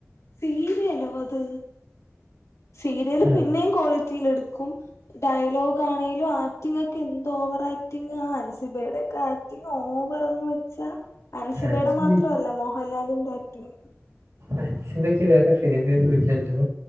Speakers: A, on the left; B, on the right.
A: സീരിയലോ അത് സീരിയല്
B: ആ,
A: പിന്നെയും ക്വാളിറ്റിയിലിടുക്കും ഡയലോഗ് ആണേലും ആക്ടിങ് ക്കെന്ത ഓവറാക്ടിങാ അൻസിബയുടെക്കെ ആക്ടിങ് ഓവറെന്ന് വെച്ചാ അൻസിബേടെ
B: അൻസിബയ്ക്ക്
A: മാത്രല്ല മോഹൻലാലിന്റെ ആക്ടിങ്ങ്
B: അൻസിബയ്ക്ക് വേറെ സിനിമിയൊന്നുല്ലല്ലൊ